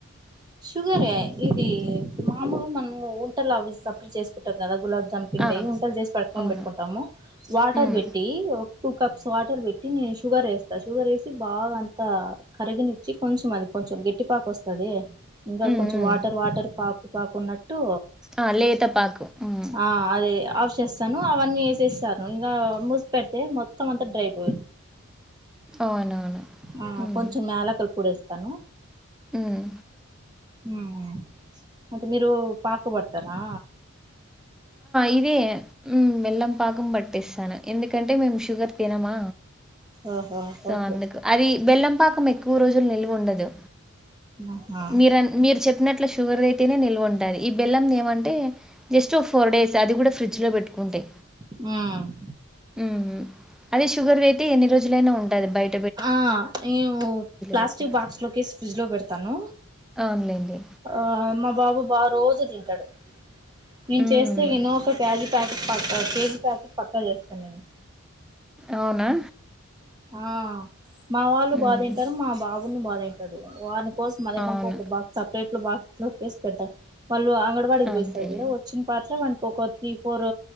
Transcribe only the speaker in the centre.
ఆ
అవును
ఉమ్
ఉమ్
ఉమ్
ఆ లేత పాకు ఉమ్
అవునవును
ఉమ్
మ్
ఇదే బెల్లం పాకం పట్టిస్తాను ఎందుకంటే మేము షుగర్ తినమా
సో
అందుకు అది బెల్లంపాకం ఎక్కువ రోజులు నిల్వు ఉండదు
మీర అన్ మీరు చెప్పినట్లు షుగర్ అయితేనే నిల్వ ఉంటుంది ఈ బెల్లం ఏమంటే టూ ఫోర్ డేస్ అది కూడా ఫ్రిడ్జ్ లో పెట్టుకుంటె
మ్మ్ అదే షుగర్ వియితే ఎన్ని రోజులైనా ఉంటది బయ
పెట్టినా
అవునులేండి
మ్మ్.
అవునా
మ్మ్.
అవును
అంతేలేండి